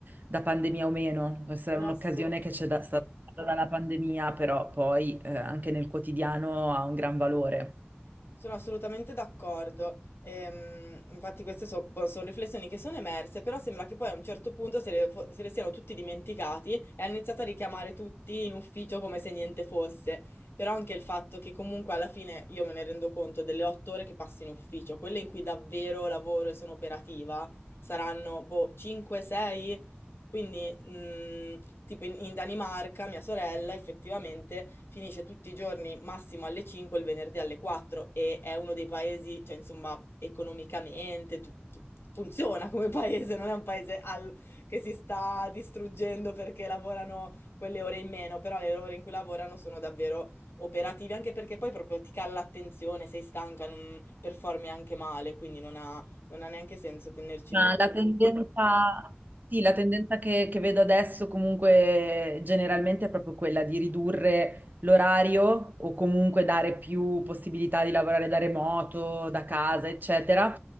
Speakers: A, on the right; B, on the left.
A: da pandemia o meno. Questa
B: Sono
A: è un'occasione
B: assolutamente...
A: che c'è da- stata data dalla pandemia, però poi eh, anche nel quotidiano ha un gran valore.
B: Sono assolutamente d'accordo. Ehm, infatti queste so- po- sono riflessioni che sono emerse, però sembra che poi a un certo punto se le, fo- se le siano tutti dimenticati e hanno iniziato a richiamare tutti in ufficio come se niente fosse. Però anche il fatto che comunque alla fine io me ne rendo conto delle otto ore che passo in ufficio, quelle in cui davvero lavoro e sono operativa, saranno boh, 5-6 quindi, mh, tipo in, in Danimarca, mia sorella effettivamente finisce tutti i giorni massimo alle 5, il venerdì alle 4 e è uno dei paesi, cioè insomma, economicamente tu- tu- funziona come paese, non è un paese al- che si sta distruggendo perché lavorano quelle ore in meno, però le ore in cui lavorano sono davvero operativi, anche perché poi proprio ti cala l'attenzione, sei stanca, non performi anche male, quindi non ha, non ha neanche senso tenerci
A: Ma
B: di nuovo.
A: la tendenza, sì, la tendenza che, che vedo adesso comunque generalmente è proprio quella di ridurre l'orario o comunque dare più possibilità di lavorare da remoto, da casa, eccetera,